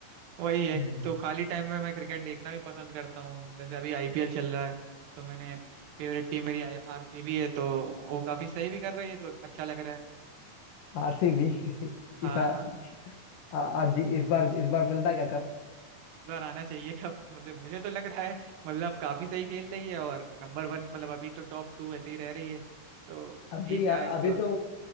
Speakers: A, on the right (about 85°); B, on the left (about 75°).
A: वही है
B: हम्म
A: तो खाली टाइम में मैं क्रिकेट देखना भी पसंद करता हूँ जैसे अभी आईपीएल चल रहा है तो मैंने फेवरेट टीम मेरी आरसीबी है तो वो काफी सही भी कर रही है तो अच्छा लग रहा है
B: आरसीबी <laughs>
A: हाँ
B: इस आ-
A: हाँ हाँ।
B: आ- आज जी- इस बार इस बार मिलता क्या कप
A: इस बार आना चाहिए कब मतलब मुझे तो लग रहा है मतलब काफी सही खेल रही है और नंबर वन मतलब अभी तो टॉप टू ऐसे ही रह रही है तो
B: अभी
A: जीत जाए
B: अभी
A: तो
B: तो